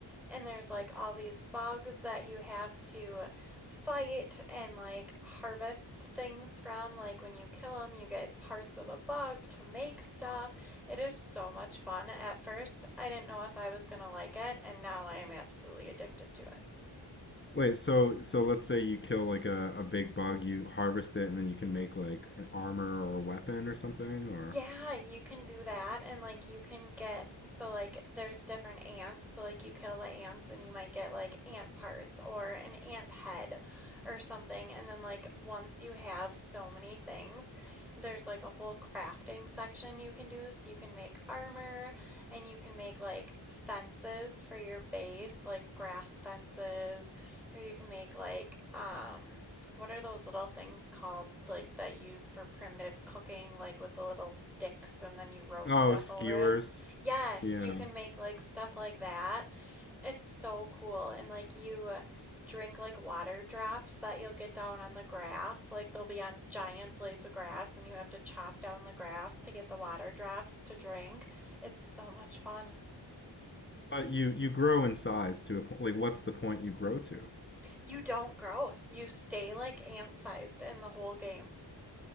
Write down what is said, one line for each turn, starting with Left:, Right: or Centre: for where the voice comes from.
Centre: And there's like all these bugs that you have to fight and like harvest things from. Like when you kill them, you get parts of the bug to make stuff. It is so much fun. At first, I didn't know if I was gonna like it, and now I am absolutely addicted to it.
Left: Wait, so so let's say you kill like a, a big bug, you harvest it, and then you can make like an armor or a weapon or something, or
Centre: Yeah, you can do that and like you can get so like there's different ants. So like you kill the ants and you might get like ant parts or an ant head or something. And then like once you have so many things, there's like a whole crafting section you can do. So you can make armor and you can make like fences for your base, like grass fences, or you can make like um what are those little things called, like that you use for primitive cooking, like with the little sticks and then you roast
Left: oh,
Centre: stuff
Left: skewers.
Centre: over it? Yes,
Left: Yeah.
Centre: you can make like stuff like that. It's so cool. And like you uh, drink like water drops that you'll get down on the grass. Like they'll be on giant blades of grass and you have to chop down the grass to get the water drops to drink. It's so much fun.
Left: But you you grow in size to a point. Like, what's the point you grow to?
Centre: You don't grow. You stay like ant-sized in the whole game.